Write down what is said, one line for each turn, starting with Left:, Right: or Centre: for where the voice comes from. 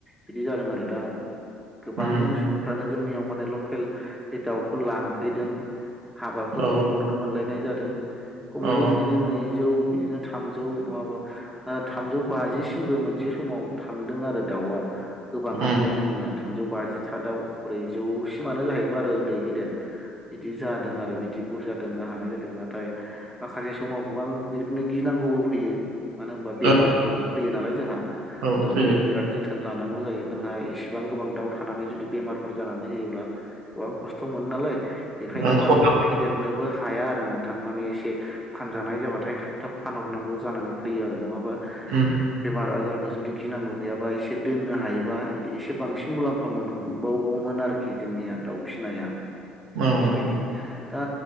Centre: बिदि जादों आरो दा गोबां
Right: उम
Centre: सुबुंफ्रानो जोंनियाव माने लकेल बे दाउखौ लांफैदों हाबाफोरावबो
Right: औ
Centre: हरनो मोनलायनाय जादों। खमैबो
Right: औ
Centre: बिदिनो नैजौ बिदिनो थामजौ नङाबा थामजौ बाजिसिमबो मोनसे समाव थांदों आरो दाउआ। गोबाङा
Right: उम
Centre: माने जोंनिया थामजौ बाजिथादआव ब्रैजौसिमानो जाहैगौमोन आरो उन्दै गेदेर। बिदि जादों आरो बिदि बुरजा दोननो हानाय जादों नाथाय माखासे समाव गोबां बिनो गिनांगौ नांगौबो फैयो मानो होनबा बेमारफोरबो
Right: औ
Centre: फैयो नालाय जोंहा।
Right: औ
Centre: ओ
Right: फैयो
Centre: बेखौ बिराद जोथोन लानांगौ जायो। नोंहा इसिबां गोबां दाउ थानानै जुदि बेमारफोर जानानै होयोब्ला गोबां खस्थ' मोनो नालाय बेखायनो
Right: ओं
Centre: बांद्राय
Right: खना
Centre: फेदेरनोबो हाया आरो नों थां माने एसे फानजानाय जाबाथाय थाब थाब फानहरनांगौ जानानै फैयो आरो नङाबा
Right: उम
Centre: मार आजारखौ जुदि गिनांगौ गैयाबा एसे दोननो हायोबा एसे बांसिन मुलाम्फा मोनबावगौमोन आरोखि जोंनिया दाउ फिसिनाया
Right: औ
Centre: बेबायदि दा